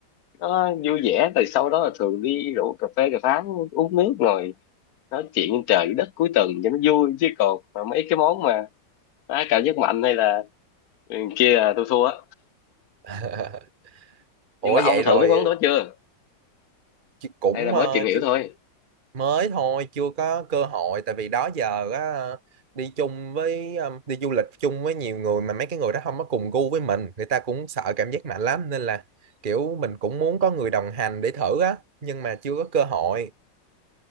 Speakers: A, on the left; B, on the right.
A: nó vui vẻ rồi sau đó là thường đi rủ cà phê cà pháo uống nước rồi nói chuyện trên trời dưới đất cuối tuần cho nó vui chứ còn mà mấy cái món mà đá cảm giác mạnh hay là ừ, kia là tôi thua á
B: <laughs> ủa
A: nhưng mà ông
B: vậy rồi
A: thử mấy món đó chưa
B: chứ cũng
A: hay là mới
B: ờ,
A: tìm hiểu
B: chứ
A: thôi
B: mới thôi chưa có cơ hội tại vì đó giờ á đi chung với um, đi du lịch chung với nhiều người mà mấy cái người đó không có cùng gu với mình người ta cũng sợ cảm giác mạnh lắm nên là kiểu mình cũng muốn có người đồng hành để thử á nhưng mà chưa có cơ hội